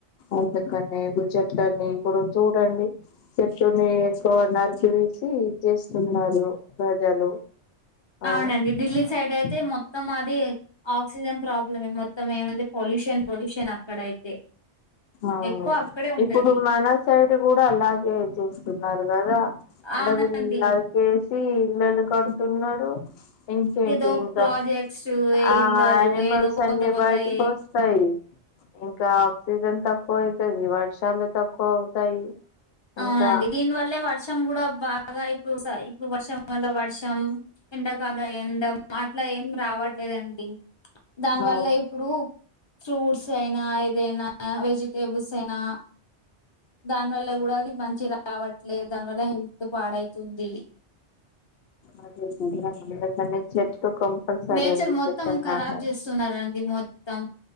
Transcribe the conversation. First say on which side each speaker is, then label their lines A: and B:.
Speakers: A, on the left (about 65°); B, on the left (about 30°).
A: అందుకనే చెట్లని ఇప్పుడు చూడండి చెట్టుని ఎక్కువ నరిచ వేసి ఇది చేస్తున్నారు ప్రజలు ఆ
B: అవునండి ఢిల్లీ
A: అవును
B: సైడ్ అయితే మొత్తం అది ఆక్సిజన్ ప్రాబ్లమ్ మొత్తం ఏమందిే పొల్యూషన్ పొల్యూషన్ అక్కడైతే
A: అవునూ
B: ఎక్కువ అక్కడే ఉంటది.
A: ఇప్పుడు మన సైడ్ కూడా అలాగే చూస్తున్నారు కదా అడవి
B: అవునండి.
A: నరికేసి ఇళ్లలు కడుతున్నారు ఇంకేంటి
B: ఏదో
A: ఇంకా
B: ప్రాజెక్ట్స్, ఏ
A: ఆ
B: ఇల్లులు
A: యానిమల్స్
B: ఏదో కొత్త
A: అన్ని
B: కొత్తయి
A: బయటికి వస్తాయి ఇంకా ఆక్సిజన్ తక్కువ అవుతుది వర్షాలు తక్కువ అవుతాయి
B: అవునండి
A: ఇంకా
B: దీని వల్లే వర్షం కూడా బా అగా ఇప్పుడు ఇప్పుడు వర్షం కాలం వర్షం ఎండాకాల ఎండం అట్లా ఏం రావట్ లేదండి దానివల్ల
A: ఆ
B: ఇప్పుడు ఫ్రూట్స్ అయినా వెజిటబుల్స్ అయినా దాని వల్ల కూడా మంచిగా రావట్లే దాని వల్ల హెల్త్ పాడైతుంది
A: అదే కదా అందుకనే చెట్లు కంపల్సరీ
B: నేచర్
A: అండి
B: మొత్తం
A: చెట్లను
B: కరాబ్
A: నాటాలి
B: చేస్తున్నారండి మొత్తం